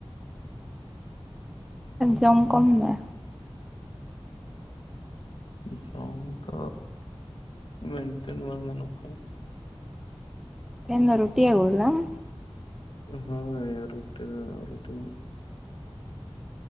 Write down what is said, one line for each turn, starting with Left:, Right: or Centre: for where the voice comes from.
Centre: ᱡᱚᱢ ᱠᱚᱢ ᱢᱮ
Left: ᱡᱚᱢ ᱫᱚ ᱢᱮᱱᱴᱮᱱ ᱵᱟᱝ ᱜᱟᱱᱚᱜ ᱠᱟᱱᱟ
Centre: ᱛᱮᱦᱮᱱ ᱫᱚ ᱨᱩᱴᱤ ᱟᱹᱜᱩ ᱭᱞᱟᱝ
Left: ᱦᱳᱭ ᱨᱩᱴᱤ ᱫᱚ ᱨᱩᱴᱤ